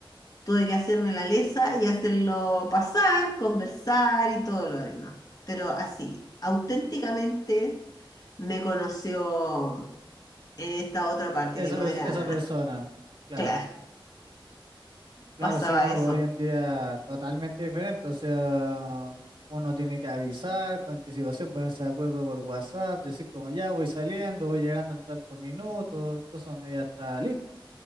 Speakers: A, on the left; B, on the right.
A: tuve que hacerme la lesa y hacerlo pasar, conversar y todo lo demás. Pero así, auténticamente me conoció en esta otra parte que
B: Esa,
A: no
B: pers-
A: era,
B: esa persona, claro.
A: claro,
B: Claro,
A: pasaba
B: sí, uno
A: eso,
B: hoy en día totalmente diferente. O sea, uno tiene que avisar con anticipación, ponerse de acuerdo por WhatsApp, decir como ya voy saliendo, voy llegando en tantos minutos. Entonces uno ya está listo,